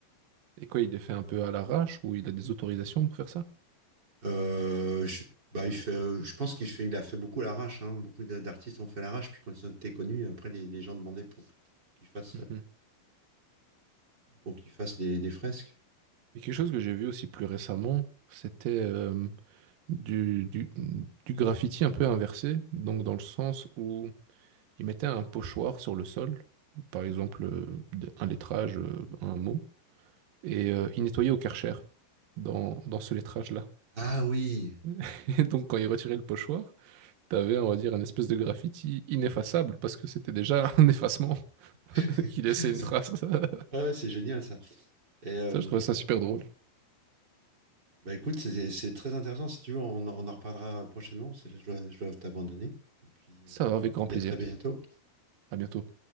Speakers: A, on the right (about 75°); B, on the right (about 25°).
A: Et quoi, il les fait un peu à l'arrache ou il a des autorisations pour faire ça?
B: Euh, je, bah, il fait, euh, je pense qu'il fait, il a fait beaucoup à l'arrache. hein. Beaucoup d- d'artistes ont fait à l'arrache. Puis quand ils ont été connus, après, les, les gens demandaient pour, pour qu'ils fassent,
A: Mhm.
B: pour qu'ils fassent des, des fresques.
A: Et quelque chose que j'ai vu aussi plus récemment, c'était euh, du, du, du graffiti un peu inversé, donc dans le sens où il mettait un pochoir sur le sol, par exemple euh, de- un lettrage, euh, un mot, et euh, il nettoyait au Karcher dans, dans ce lettrage-là.
B: Ah oui!
A: <laughs> Et donc quand il retirait le pochoir, t'avais, on va dire, une espèce de graffiti ineffaçable, parce que c'était déjà un effacement <laughs>
B: <laughs>
A: qui laissait une trace. <laughs>
B: Ah, c'est génial ça. Et euh,
A: Ça, je trouvais ça super drôle.
B: bah, écoute, c'est c'est très intéressant. Si tu veux, on, en on en reparlera prochainement. parce que là, Je dois, je dois t'abandonner. Et puis,
A: Ça
B: euh,
A: va, avec grand plaisir.
B: et à très bientôt.
A: À bientôt.